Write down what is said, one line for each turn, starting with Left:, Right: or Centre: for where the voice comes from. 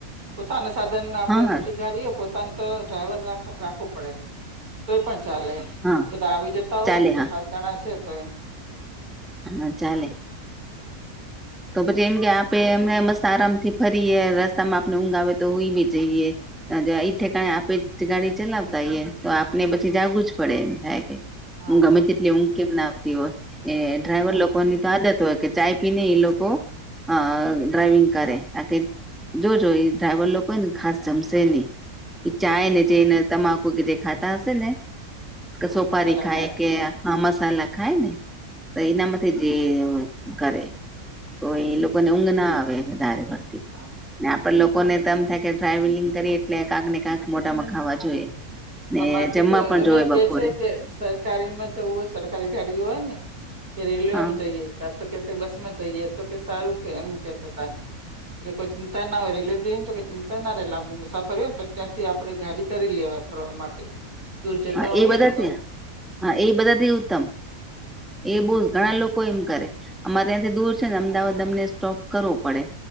Right: પોતાના સાધન આપડે
Centre: હા
Right: મોટી ગાડી હોય પોતાની તો ડ્રાઈવર રાખવો પડે એમ. તોય પણ ચાલે
Centre: હા
Right: બધા આવી જતા હોય
Centre: ચાલે
Right: ને તો
Centre: હા
Right: સા ઘણા છે તો એમ
Centre: હા ચાલે. તો પછી એમ કે આપે એમને મસ્ત આરામથી ફરીએ. રસ્તામાં આપને ઊંઘ આવે તો હુઈ બી જઈએ. અન જો ઈ ઠેકાણે આપે ગાડી ચલાવતા હઈએ તો આપને પછી જાગવું જ પડે એમ થાય કે.
Right: હા
Centre: ઊ ગમે તેટલી ઊંઘ કેમ ના આવતી હોય એ ડ્રાઈવર
Right: હા
Centre: લોકો ની તો આદત હોય કે ચાય પીને એ લો કો અ ડ્રાઈવિંગ કરે
Right: હા
Centre: તાકી જોજો એ ડ્રાઈવર લોકો ને ખાસ જમશે નહી એ ચાય
Right: હા
Centre: ને
Right: તો
Centre: જેને તમાકુ કે ને જે ખાતા હશે ને કે
Right: હા
Centre: સોપારી
Right: મસાલા
Centre: ખાય કે હા મસાલા ખાય ને તો એના માંથે જે કરે તો એ
Right: હમ
Centre: લોકોને ઊંઘ ના આવે વધારે પડતી
Right: હા
Centre: ને આપે લોકોને તો એમ થાય કે ડ્રાઇવિંગ કરીએ એટલે કાંક ને કાંક મોટામાં ખાવા જોઈએ. ને
Right: અમારે તો
Centre: જમવા
Right: શું
Centre: પણ
Right: અમે
Centre: જોવે
Right: કે
Centre: બપોરે
Right: છે કે સરકારી માં જવું હોય સરકારી ગાડીઓ હોય ને કે રેલવેમાં
Centre: હા
Right: જઈએ તો કે બસ માં જઈએ તો કે સારું કે એમ કેતા હતા કે કોઈ તા ના હોય રેલવે જઈએને કે ચિંતા ના રહે લાંબી મુસાફરી હોય ને પછી ત્યાંથી પછી આપડે ગાડી કરી લેવાય ફરવા માટે દૂર જતા
Centre: હા
Right: હોઈએ
Centre: એ બધા
Right: ને તો
Centre: હા એ બધા થી ઉત્તમ
Right: હમ
Centre: એ બઉ ઘણા લોકો કોઈ એમ કરે અમારે ત્યાંથી દૂર છે ને અમદાવાદ અમને સ્ટોપ કરવો પડે